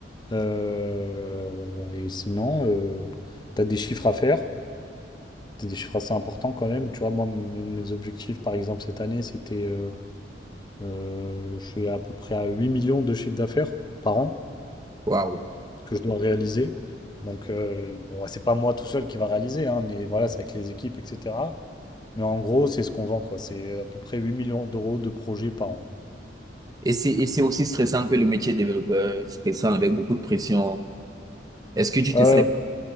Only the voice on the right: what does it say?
Waouh.
Et c'est, et c'est aussi stressant que le métier de développeur, stressant avec beaucoup de pression. Est-ce que tu te
sens?